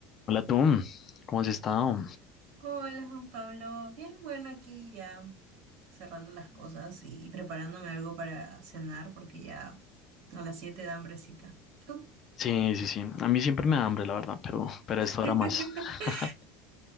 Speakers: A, on the left; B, on the right.
A: Hola tú, ¿cómo has estado?
B: Hola Juan Pablo, bien, bueno, aquí ya cerrando las cosas y preparándome algo para cenar porque ya a las siete da hambrecita. Tú
A: Sí, sí, sí. A mí siempre me da hambre, la verdad, pero, pero esto
B: <laughs>
A: ahora más. <laughs>